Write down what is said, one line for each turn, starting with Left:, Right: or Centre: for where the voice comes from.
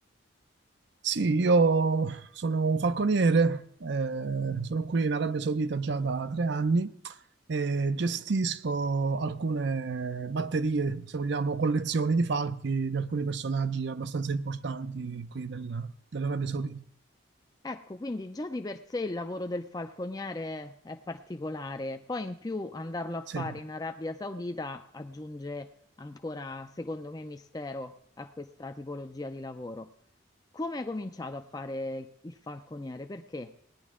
Right: Sì, io sono un falconiere, eh, sono qui in Arabia Saudita già da tre anni e gestisco alcune batterie, se vogliamo, collezioni di falchi di alcuni personaggi abbastanza importanti qui del- dell'Arabia Saudita.
Left: Ecco, quindi già di per sé il lavoro del falconiere è particolare, poi in più andarlo a fare
Right: Sì.
Left: in Arabia Saudita aggiunge ancora, secondo me, mistero a questa tipologia di lavoro. Come hai cominciato a fare il falconiere? Perché?